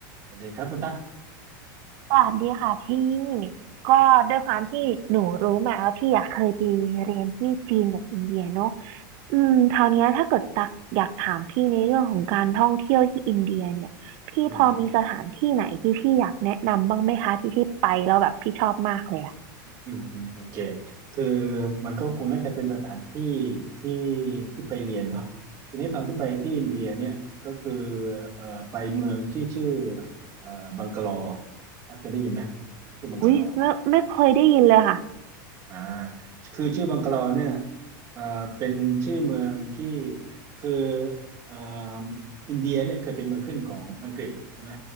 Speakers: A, on the right; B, on the right.
A: สวัสดีครับคุณตั๊ก
B: สวัสดีค่ะพี่ก็ด้วยความที่หนูรู้มาว่าพี่อยากเคยไปเรียนที่จีนกับอินเดียเนาะอืมคราวเนี้ยถ้าเกิดตักอยากถามพี่ในเรื่องของการท่องเที่ยวที่อินเดียเนี่ยพี่พอมีสถานที่ไหนที่พี่อยากแนะนำบ้างไหมคะที่ที่ไปแล้วแบบพี่ชอบมากเลยอ่ะ
A: อืมอืมอืมโอเคคือมันก็คงน่าจะเป็นสถานที่ที่ที่ไปเรียนเนาะทีนี้ตอนที่ไปที่อินเดียเนี่ยก็คือเอ่อไปเมืองที่ชื่อเอ่อบังกะลอตั๊กเคยได้ยินไหมชื่อบังกะลอ
B: อุ้ยไม่ไม่เคยได้ยินเลยค่ะ
A: อ่าคือชื่อบังกะลอเนี่ยเอ่อเป็นชื่อเมืองที่คือเอ่ออินเดียเนี่ยเคยเป็นเมืองขึ้นของอังกฤษใช่ไหม